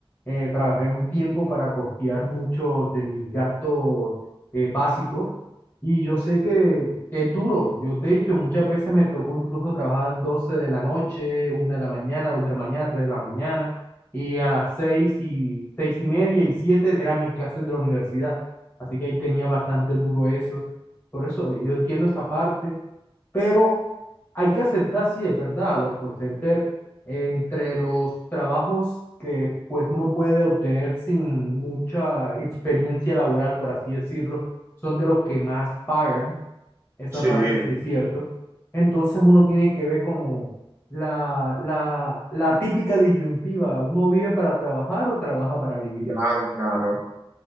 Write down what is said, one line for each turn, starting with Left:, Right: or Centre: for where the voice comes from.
Left: eh, trabajé un tiempo para costear muchos de mis gastos eh, básicos y yo sé que, que es duro. Yo, de hecho, muchas veces me tocó incluso trabajar 12 de la noche, una de la mañana, 2 de la mañana, 3 de la mañana y a las 6 y 6 y media y 7 eran mis clases de la universidad. Así que ahí tenía bastante duro eso. Por eso yo entiendo esa parte. Pero hay que aceptar, sí, es verdad, los call centers, entre los trabajos que pues uno puede obtener sin mucha experiencia laboral, por así decirlo, son de los que más pagan, esa
Right: Sí,
Left: parte sí es cierto. Entonces uno tiene que ver como la, la, la típica disyuntiva, uno vive para trabajar o trabaja para vivir.
Right: claro, claro.